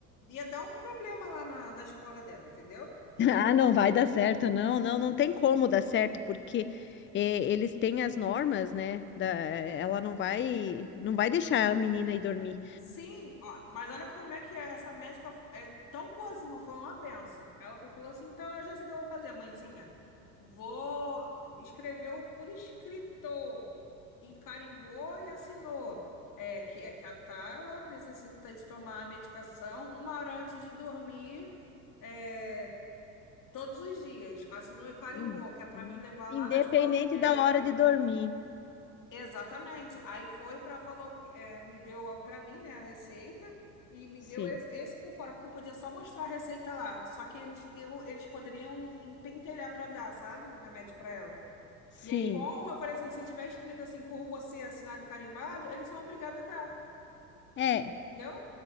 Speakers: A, on the left; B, on the left.
A: ia dar um problema lá na, na escola dela, entendeu?
B: <laughs> Ah, não vai dar certo, não, não, não tem como dar certo, porque eh, eles têm as normas, né? Da, eh, ela não vai, não vai deixar a menina ir dormir.
A: Sim, ó, mas olha como é que é, essa médica fo- é tão boazinha, foi uma benção. Ela foi, e falou assim: então eu já sei o que eu vou fazer, mãezinha. Vou. Escreveu por escrito e carimbou e assinou. É, que é que a Tayla necessita de tomar a medicação uma hora antes de dormir, é, todos os dias. Assinou e carimbou,
B: Hum.
A: que é para mim levar
B: Independente
A: lá na escola dela.
B: da hora de dormir.
A: Exatamente. Aí foi para falou que é, me deu para mim, né, a receita e me
B: Sim,
A: deu esse, esse por fora, porque eu podia só mostrar a receita lá, só que eles, eu, eles poderiam empentelhar para dar, sabe, o remédio para ela.
B: sim,
A: E aí com, eu falei assim, se tiver escrito assim por você, assinado e carimbado, eles são obrigados a dar,
B: é,
A: entendeu?